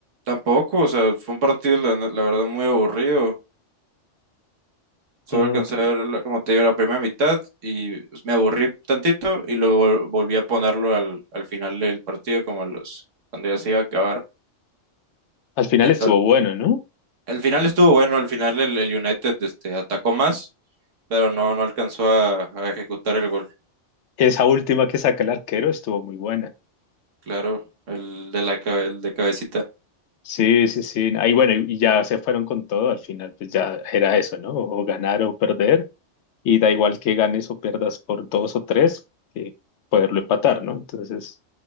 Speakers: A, on the right; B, on the left.
A: Tampoco, o sea, fue un partido la, la verdad muy aburrido. Solo
B: No
A: alcancé
B: te-
A: a ver, la- como te digo, la primera mitad y me aburrí tantito y luego vol- volví a ponerlo al, al final del partido, como a los, cuando ya se iba a acabar.
B: al final
A: Entonces,
B: estuvo bueno, ¿no?
A: el final estuvo bueno, al final el, el United este, atacó más, pero no, no alcanzó a, a ejecutar el gol.
B: Esa última que saca el arquero estuvo muy buena.
A: Claro, el de la cabe- el de cabecita.
B: Sí, sí, sí. Ahí bueno, y ya se fueron con todo al final, pues ya era eso, ¿no? O ganar o perder. Y da igual que ganes o pierdas por dos o tres, que poderlo empatar, ¿no? Entonces,